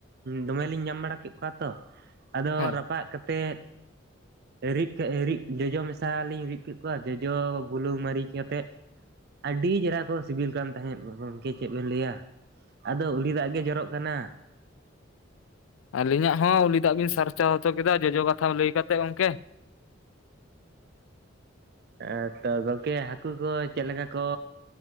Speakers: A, on the right; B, on the left.
A: ᱫᱚᱢᱮᱞᱤᱧ ᱧᱟᱢ ᱵᱟᱲᱟ ᱠᱮᱜ, ᱠᱩᱣᱟ ᱛᱚ ᱟᱫᱚ
B: ᱦᱳᱭ
A: ᱨᱟᱯᱟᱜ ᱠᱟᱛᱮᱫ, ᱨᱤᱫ ᱠᱮᱫ ᱨᱤᱫ ᱡᱚᱡᱚ ᱢᱮᱥᱟ ᱞᱤᱧ ᱨᱤᱫ ᱠᱮᱫ, ᱠᱚᱣᱟ ᱡᱚᱡᱚ ᱵᱩᱞᱩᱝ ᱢᱟᱹᱨᱤᱪ ᱠᱟᱛᱮᱫ ᱟᱹᱰᱤ ᱪᱮᱦᱨᱟ ᱠᱚ ᱥᱤᱵᱤᱞ ᱠᱟᱱ ᱛᱟᱦᱮᱸᱫ ᱜᱚᱝᱠᱮ, ᱪᱮᱫ ᱵᱮᱱ ᱞᱟᱹᱭᱟ ᱟᱫᱚ ᱩᱞᱤ ᱫᱟᱜᱽ ᱜᱮ ᱡᱚᱨᱚᱜ ᱠᱟᱱᱟ᱾
B: ᱟᱹᱞᱤᱧᱟᱜ ᱦᱚᱸ ᱩᱞᱤ ᱫᱟᱜᱽ ᱵᱤᱱ ᱥᱟᱨᱪᱟᱣ ᱦᱚᱪᱚ ᱠᱮᱫᱟ ᱡᱚᱡᱚ ᱠᱟᱛᱷᱟ ᱞᱟᱹᱭ ᱠᱟᱛᱮᱫ ᱜᱚᱝᱠᱮ᱾
A: ᱮᱸ ᱛᱚ ᱜᱚᱝᱠᱮ ᱦᱟᱹᱠᱩ ᱠᱚ ᱪᱮᱫ ᱞᱮᱠᱟ ᱠᱚ,